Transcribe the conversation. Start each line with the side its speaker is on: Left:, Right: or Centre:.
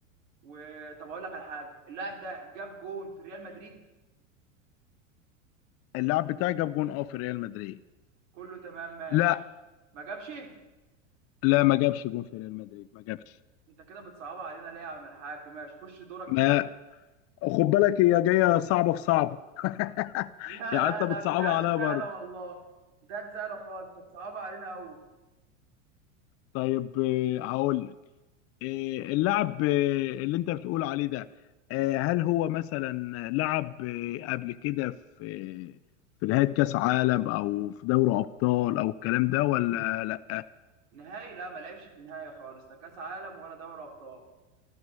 Right: وطب اقول لك على حاجه اللاعب ده جاب جون في ريال مدريد
Left: اللاعب بتاعي جاب جون اه في ريال مدريد
Right: كله تمام ماشي
Left: لا
Right: ما جابش
Left: لا ما جابش جون في ريال مدريد ما جابش
Right: انت كده بتصعبها علينا ليه يا عم الحاج ماشي خش دورك
Left: ما
Right: كده
Left: خد بالك هي جايه صعبه في صعبه <laughs>
Right: <laughs> لا
Left: يعني
Right: لا
Left: انت بتصعبها
Right: لا بتاعتي
Left: عليا
Right: سهله
Left: برضه
Right: والله بتاعتي سهله خالص انت بتصعبها علينا قوي
Left: طيب آه، هقول لك آه، اللاعب آه، اللي انت بتقول عليه ده آه، هل هو مثلا لعب آه، قبل كده في آه، في نهاية كأس عالم او في دوري ابطال او الكلام ده ولا لا
Right: نهائي لا ما لعبش في النهائي خالص لا كاس عالم ولا دوري ابطال